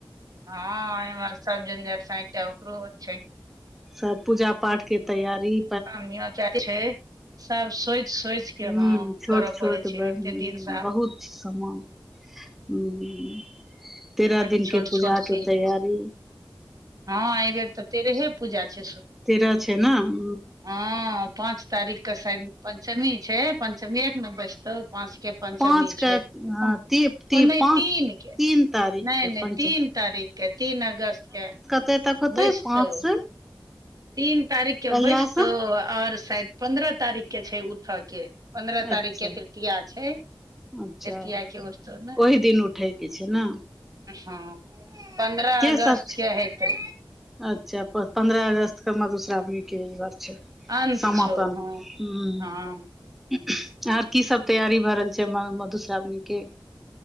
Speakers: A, on the right; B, in the centre.
A: हँ एमहर सब जञजर साँ तऽ एकटा ओकरो छै।
B: सएह पूजा पाठ के तैयारी।
A: काम य चारि छै। <unintelligible> सोचि सोचि के
B: हूँ
A: हँ
B: छोट
A: करऽ
B: छोट
A: पड़ै छै
B: ब
A: एते दिन से आब
B: बहुत छै समान। हूँ तेरह
A: बड
B: दिन
A: छोट
B: के पूजा
A: छोट चीज
B: के तैयारी।
A: होइ छै हँ एहि बेेर तऽ तेरहे पूजा छै सु
B: तेरह छै न उ।
A: हँ पाँच तारीखक सैद पञ्चमी छै पंचमीएक न बसतौ। पाँच के पंचमी
B: पाँच के
A: छै ओ
B: ती ती,
A: नैय
B: पाँच
A: तीन के।
B: तीन तारीख
A: नै
B: के
A: नै
B: पंच
A: तीन तारीके तीन अगस्त के।
B: एत त कतै
A: बैसतौ
B: पाँच से
A: तीन तारीखके
B: कहिया
A: बैसतौ
B: से
A: आओर शायद पन्द्रह तारीखके छै उठऽके। पन्द्रह
B: अच्छा
A: तारीख के तृतीय छै।
B: अच्छा
A: तृतीया के उठतौ ने
B: ओहि दिन उठैके छै न
A: हँ पन्द्रह अगस्त
B: सब छै
A: के हेतै।
B: अच्छा पन्द्रह अगस्त के मदूश्रामनी के ई बात छै।
A: अन्त
B: समापन
A: छौ हँ
B: हुँ
A: हँ
B: आर की सब तैयारी भर रहल छै मा मधुश्रावणी केँ।